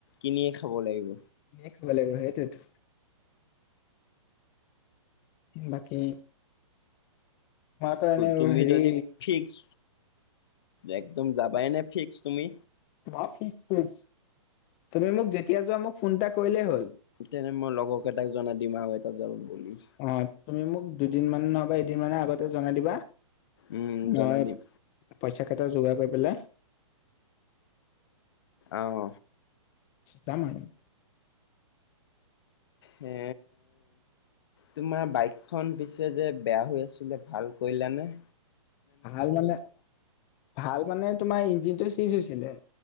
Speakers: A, on the left; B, on the left.
A: কিনিয়ে খাব লাগিব।
B: কিনিয়ে খাব লাগিব সেইটোৱেতো। বাকী তোমাৰ কাৰণে
A: তুমি
B: হেৰি
A: যদি ফিক্স একদম যাবাই নে ফিক্স তুমি
B: মই ফিক্স ফিক্স তুমি মোক যেতিয়া যোৱা মোক ফোন এটা কৰিলেই হ'ল।
A: তেনে মই লগৰকেইটাক জনাই দিম আৰু এটা যাব বুলি।
B: অ তুমি মোক দুদিনমান নহয় বা এদিনমান আগতে জনাই দিবা।
A: উম
B: মই
A: জনাই দিম
B: পইচাকেইটা যোগাৰ কৰি পেলাই
A: অহ
B: যাম ময়
A: হে তোমাৰ বাইকখন পিছে যে বেয়া হৈ আছিলে ভাল কৰিলানে?
B: আহাল মানে, ভাল মানে তোমাৰ ইঞ্জিনটো চিজ হৈছিলে।